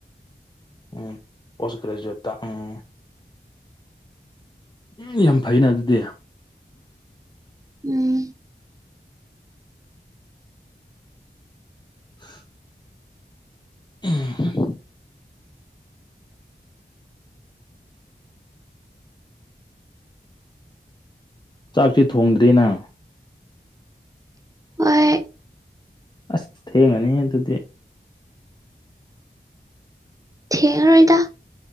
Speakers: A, on the left (about 25°); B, on the right (about 20°).
A: ꯎꯝ ꯄꯣꯁꯒ꯭ꯔꯦꯖꯨꯋꯦꯠꯇ ꯎꯝ ꯎꯝ ꯌꯥꯝ ꯐꯩꯩꯅ ꯑꯗꯨꯗꯤ
B: ꯎꯝ
A: <inaudible> ꯎꯝ ꯆꯥꯛꯇꯤ ꯊꯣꯡꯗ꯭ꯔꯤꯌꯦ ꯅꯪ
B: ꯍꯣꯏ
A: ꯑꯁ ꯊꯦꯡꯉꯅꯤꯌꯦ ꯑꯗꯨꯗꯤ
B: ꯊꯦꯡꯉꯔꯣꯏꯗ